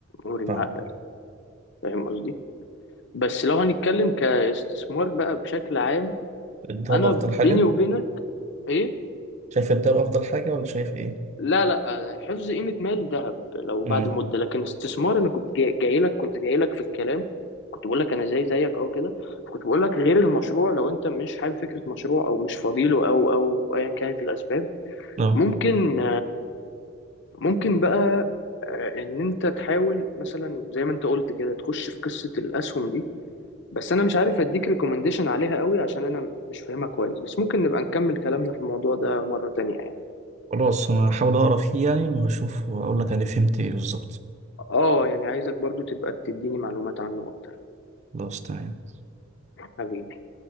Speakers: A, on the left; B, on the right.
A: عمري
B: فاهم
A: ما هقبل فاهم قصدي بس لو هنتكلم كاستثمار بقى بشكل عام
B: الدهب
A: أنا
B: أفضل
A: بيني
B: حاجة
A: وبينك إيه
B: شايف الدهب أفضل حاجة ولا شايف إيه؟
A: لا لا حفظ قيمة مال ذهب لو بعد
B: امم
A: مدة لكن استثمار أنا كنت جاي جاي لك كنت جاي لك في الكلام كنت بقول لك أنا زي زيك أو كده كنت بقول لك غير المشروع لو أنت مش حابب فكرة مشروع أو مش فاضيله أو أو أيا كانت الأسباب
B: لا
A: ممكن ممكن بقى آه، إن أنت تحاول مثلا زي ما أنت قلت كده تخش في قصة الأسهم دي بس أنا مش عارف أديك ريكومنديشن عليها قوي عشان أنا مش فاهمها كويس بس ممكن نبقى نكمل كلامنا في الموضوع ده مرة تانية يعني
B: خلاص أنا هحاول أقرأ فيه يعني وأشوف وأقول لك أنا فهمت إيه بالظبط
A: آه يعني عايزك برضو تبقى تديني معلومات عنه أكتر
B: خلاص تمام
A: حبيبي